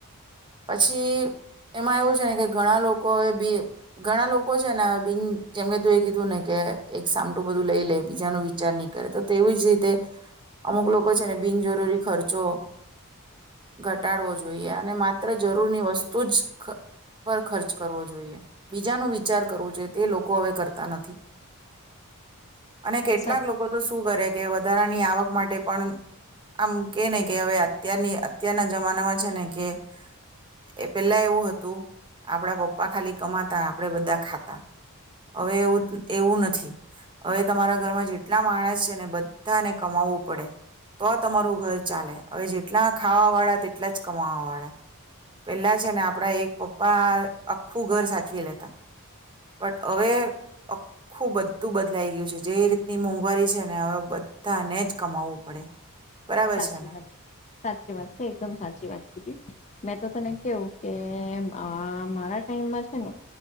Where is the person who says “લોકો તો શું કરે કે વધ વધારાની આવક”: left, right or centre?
Right